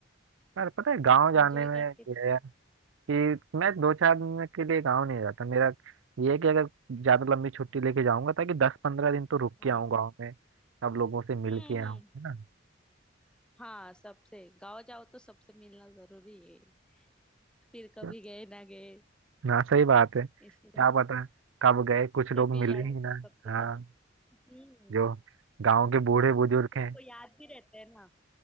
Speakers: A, on the right; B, in the centre.
A: पर पता है गाँव
B: एंजॉय
A: जाने में
B: करके
A: ये है कि मैं दो चार दिन के लिए गाँव नहीं जाता मेरा ये है कि अगर ज्यादा लंबी छुट्टी लेके जाऊंगा ताकि दस पंद्रह दिन तो रुक
B: हाँ
A: के आऊँ गाँव में सब लोगों से मिल
B: हम्म
A: के
B: हम्म
A: आऊँ है ना
B: हाँ सबसे गाँव जाओ तो सबसे मिलना जरूरी है फिर कभी
A: क्या-
B: गए ना गए
A: हाँ सही बात है क्या
B: इसलिए
A: पता कब गए कुछ लोग
B: जब भी
A: मिले
B: जाओ
A: ही ना
B: सबसे
A: हाँ
B: मिलना हम्म
A: जो गांव के बूढ़े बुजुर्ग
B: सबको
A: हैं
B: याद भी रहता है ना